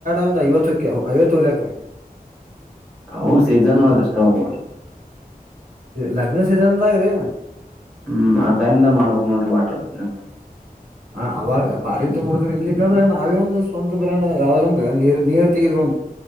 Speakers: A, on the right (about 60°); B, in the centre.
A: ಒಂದ್ ಐವತ್ತಕ್ಕೆ ಐವತ್ತು ಲ್ಕ್ರೀ
B: ಹೌ ಸೀಜನ್ ಒಳ ಕಷ್ಟ ಹಬಿ
A: ಲಗ್ನ ಸೀಸನ್ಂದ ಆಗ್ರಿ
B: ಹ್ಮ್ ಆ ಸೈಮ್ದ ಮಾಡ್ಬಕ್ ನೋಡ್ರಿ ವಾಟರ್ ಬಿಸ್ನೆಸ್
A: ಹ ಅವಾಗ ಬಾರಿ ತಗಬಡಿದ್ರಿ ಇಲ್ಲಿಕ್ಕಂದ್ರೆ ನಾವೇ ಒಂದಂದು ಸ್ವಂತ ಬ್ರಂಡ್ ಯಾವ್ದ್ರಂದ್ರ ನೀರ್ ನೀರ್ ತೆಗಿದ್ರು